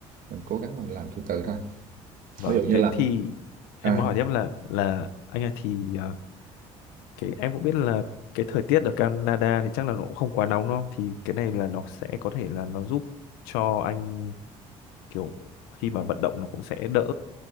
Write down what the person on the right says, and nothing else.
mình cố gắng mình làm từ từ thôi
ví dụ như
là
à,